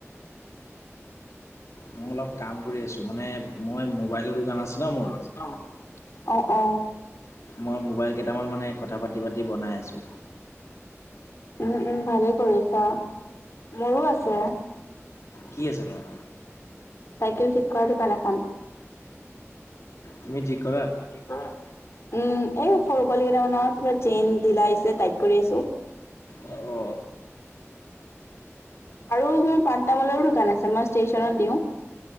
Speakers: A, on the left (about 85°); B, on the left (about 65°).
A: মই অলপ কাম কৰি আছোঁ। মানে মই, মোবাইলৰ দোকান আছে ন' মোৰ।
B: অ। অ', অ'।
A: মই মোবাইল কেইটামান মানে, কথা পাতি-পাতি, বনাই আছো।
B: উম, উম, ভালেই কৰিছা। মোৰো আছে।
A: অ কি আছে তোমাৰ
B: চাইকেল ঠিক কৰা দোকান এখন।
A: তুমি ঠিক কৰা?
B: তুমি ঠিক কৰা উম, এ সৰু পোৱালি কেইটামান আহিছে চেইন ঢিলা হৈছে, টাইট কৰি আছো।
A: অ
B: আৰু মোৰ পান তামোলৰো দোকান আছে। মই ষ্টেচনত দিওঁ।